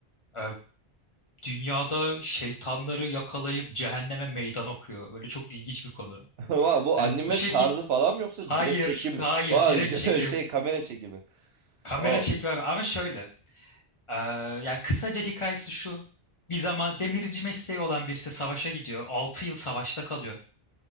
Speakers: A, on the left (about 35°); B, on the right (about 80°).
A: eee, dünyada şeytanları yakalayıp cehenneme meydan okuyor. Böyle çok ilginç bir konu.
B: Vay, bu
A: Hani
B: anime
A: bu şekil
B: tarzı falan mı yoksa
A: hayır
B: direkt çekim?
A: hayır
B: Vay,
A: direkt çekim
B: <laughs> şey kamera çekimi.
A: kamera
B: Oo,
A: çekimi abi. ama şöyle Ee, yani kısaca hikayesi şu. Bir zaman demirci mesleği olan birisi savaşa gidiyor. altı yıl savaşta kalıyor.